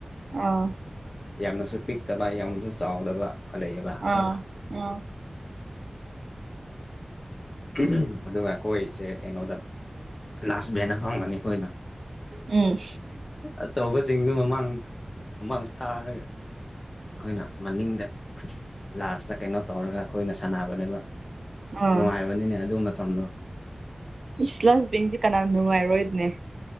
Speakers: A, on the right; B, on the left.
A: ꯑꯥ
B: ꯌꯥꯝꯅꯁꯨ ꯄꯤꯛꯇꯕ ꯌꯥꯝꯅꯁꯨ ꯆꯥꯎꯗꯕ ꯂꯩꯌꯦꯕ ꯈꯔ
A: ꯑꯥ ꯎꯝ
B: <unintelligible> ꯑꯗꯨꯒ ꯑꯈꯣꯏꯁꯦ ꯀꯩꯅꯣꯗ ꯂꯥꯁ ꯚꯦꯟꯗ ꯐꯝꯒꯅꯤ ꯑꯈꯣꯏꯅ
A: ꯎꯝ
B: ꯑꯆꯧꯕꯁꯤꯡꯗꯨ ꯃꯃꯥꯡ ꯃꯃꯥꯡ ꯊꯥꯔꯒ ꯑꯈꯣꯏꯅ ꯃꯅꯤꯡꯗ ꯂꯥꯁꯇ ꯀꯩꯅꯣ ꯇꯧꯔꯒ ꯑꯈꯣꯏꯅ ꯁꯥꯟꯅꯕꯅꯦꯕ
A: ꯑꯥ
B: ꯅꯨꯡꯉꯥꯏꯕꯅꯤꯅꯦ ꯑꯗꯨ ꯃꯇꯝꯗꯣ
A: ꯏꯁ ꯂꯥꯁ ꯕꯦꯟꯁꯦ ꯀꯅꯅꯥ ꯅꯨꯡꯉꯥꯏꯔꯣꯏꯗꯅꯦ